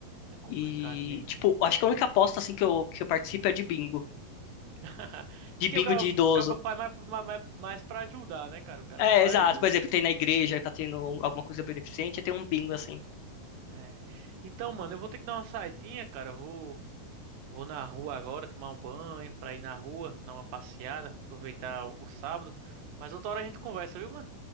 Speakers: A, on the right (about 80°); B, on the left (about 75°).
A: É complicado
B: E,
A: mesmo.
B: tipo, acho que a única aposta, assim, que eu, que eu participo é de bingo.
A: <laughs>
B: De
A: Porque
B: bingo
A: o cara,
B: de
A: o
B: idoso.
A: cara faz mais, mais, mais mais pra ajudar, né, cara? O cara
B: É,
A: faz.
B: exato. Por exemplo, tem na igreja, tá tendo alguma coisa beneficente, tem um bingo, assim.
A: É. Então, mano, eu vou ter que dar uma saidinha, cara. Vou, vou na rua agora tomar um banho, pra ir na rua, dar uma passeada, aproveitar o, o sábado. Mas outra hora a gente conversa, viu, mano?